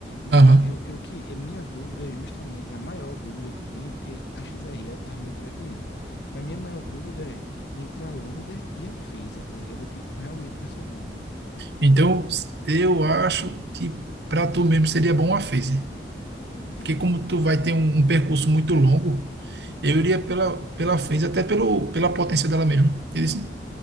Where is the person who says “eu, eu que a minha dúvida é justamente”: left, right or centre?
Left